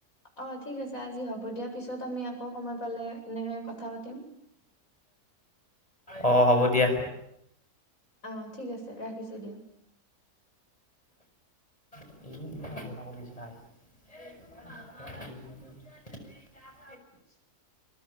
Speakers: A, on the left; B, on the left.
A: অ ঠিক আছে আজি হব দিয়া পিছত তুমি আকৌ সময় পালে এনেকে কথা পাতিম
B: অ হ'ব দিয়া
A: আহ ঠিক আছে ৰাখিছো দিয়া
B: ় <unintelligible>
A: ় <unintelligible>